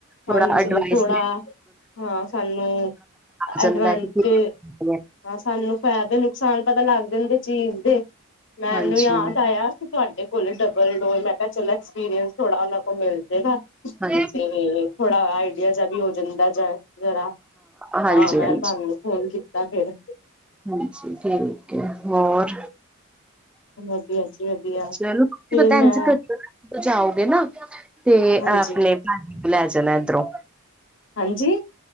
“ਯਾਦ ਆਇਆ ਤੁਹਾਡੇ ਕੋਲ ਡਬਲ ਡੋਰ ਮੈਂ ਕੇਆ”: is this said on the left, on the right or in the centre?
Left